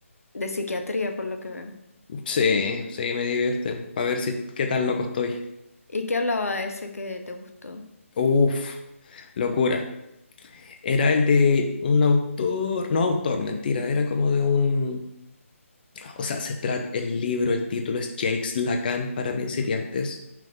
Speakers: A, on the left (about 85°); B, on the left (about 40°).
A: De psiquiatría, por lo que veo.
B: Sí, sí, me divierten. Para ver si qué tan loco estoy.
A: ¿Y qué hablaba ese que te gustó?
B: Uf, locura. Era el de un autor, no autor, mentira, era como de un, o sea, se trata el libro, el título es Jacques Lacan para principiantes,